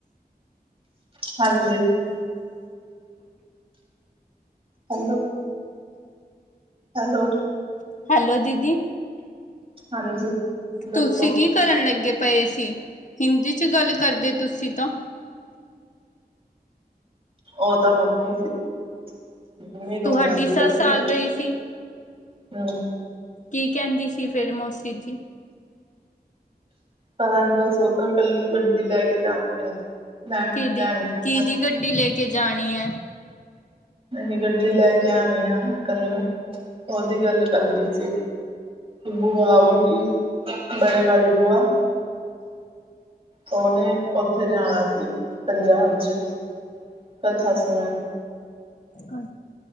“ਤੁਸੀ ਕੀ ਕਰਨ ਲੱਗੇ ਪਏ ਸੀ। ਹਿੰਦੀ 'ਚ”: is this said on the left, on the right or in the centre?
Left